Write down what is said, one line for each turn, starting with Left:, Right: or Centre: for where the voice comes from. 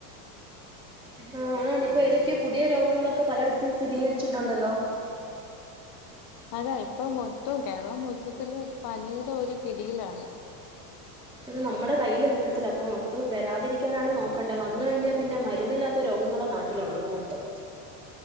Centre: ആ ഇപ്പൊ എതൊക്കെയോ പുതിയ രോഗങ്ങളൊക്കെ പലയിടത്തും സ്ഥിതികരിച്ചിട്ടുണ്ടല്ലോ
Left: അതെ ഇപ്പൊ മൊത്തവും കേരളം മൊത്തത്തില് പനിയുടെ ഒരു പിടിയിലാണ്
Centre: ഇത് നമ്മുടെ കയ്യില് നിക്കത്തില്ല അപ്പൊ നമുക്ക് വരാതിരിക്കാനാണ് നോക്കണ്ടത് വന്ന കഴിഞ്ഞാ പിന്നെ മരുന്നില്ലാത്ത രോഗങ്ങളാ നാട്ടിലുള്ളത് മൊത്തം